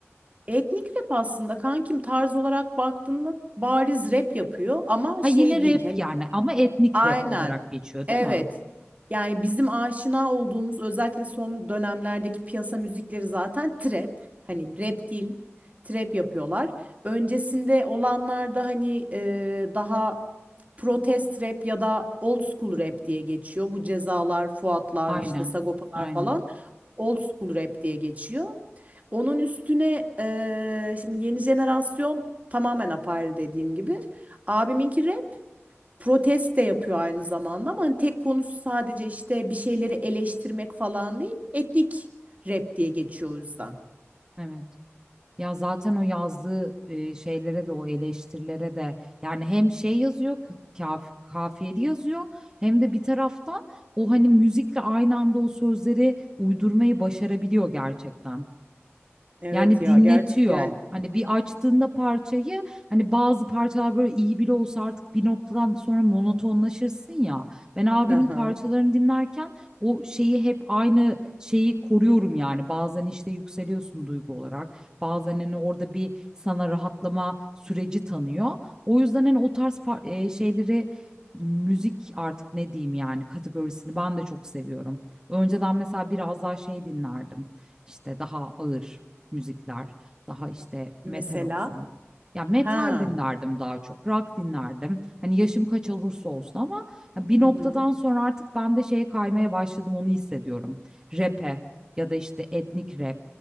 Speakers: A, on the right; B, on the right.
A: Etnik rap aslında kankim tarz olarak baktığında bariz rap yapıyor ama
B: Ha
A: şey
B: yine rap
A: değil. Hani
B: yani ama etnik
A: Aynen.
B: rap olarak geçiyor
A: Evet.
B: değil mi?
A: Yani bizim aşina olduğumuz özellikle son dönemlerdeki piyasa müzikleri zaten trap. Hani rap değil, trap yapıyorlar. Öncesinde olanlarda hani e, daha protest rap ya da old school rap diye geçiyor. Bu Cezalar, Fuatlar,
B: Aynen.
A: işte Sagopalar
B: Aynen.
A: falan old school rap diye geçiyor. Onun üstüne e, şimdi yeni jenerasyon tamamen apayrı dediğim gibi. Abiminki rap protest de yapıyor aynı zamanda ama hani tek konusu sadece işte bir şeyleri eleştirmek falan değil. Etnik rap diye geçiyor o yüzden.
B: Evet. Ya zaten o yazdığı e, şeylere de o eleştirilere de yani hem şey yazıyor k- kaf kafiyeli yazıyor hem de bir taraftan o hani müzikle aynı anda o sözleri uydurmayı başarabiliyor gerçekten.
A: Evet
B: Yani
A: ya
B: dinletiyor.
A: gerçi yani
B: Hani bir açtığında parçayı hani bazı parçalar böyle iyi bile olsa artık bir noktadan sonra monotonlaşırsın ya. Ben abinin
A: aha.
B: parçalarını dinlerken o şeyi hep aynı şeyi koruyorum yani. Bazen işte yükseliyorsun duygu olarak. Bazen hani orada bir sana rahatlama süreci tanıyor. O yüzden hani o tarz par- e, şeyleri müzik artık ne diyeyim yani kategorisini ben de çok seviyorum. Önceden mesela biraz daha şey dinlerdim. İşte daha ağır müzikler, daha işte
A: Mesela
B: metal olsun. Ya metal
A: ha.
B: dinlerdim daha çok, rock dinlerdim. Hani yaşım kaç olursa olsun ama hani bir
A: Hı
B: noktadan
A: hı.
B: sonra artık ben de şeye kaymaya başladım onu hissediyorum. Rap'e ya da işte etnik rap.